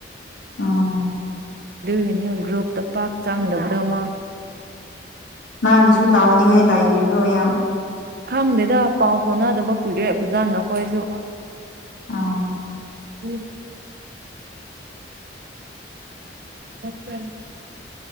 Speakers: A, on the left; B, on the right.
A: ꯑꯣ
B: ꯑꯗꯨꯏꯒꯤꯅꯦ ꯒ꯭ꯔꯨꯞꯇ ꯄꯥꯛ ꯆꯥꯡꯅꯕꯗꯧꯃ
A: ꯃꯥꯒꯤꯁꯨ ꯇꯥꯎꯅꯤꯡꯉꯥꯏ ꯂꯩꯔꯤꯕ꯭ꯔꯣ ꯌꯥꯝ
B: ꯈꯪꯗꯦꯗ ꯄꯥꯎ ꯐꯥꯎꯅꯗꯕ ꯀꯨꯏꯔꯣꯛꯦ ꯐꯖꯥ ꯅꯈꯣꯏꯁꯨ
A: ꯑ
B: ꯎꯝ ꯃꯁꯦ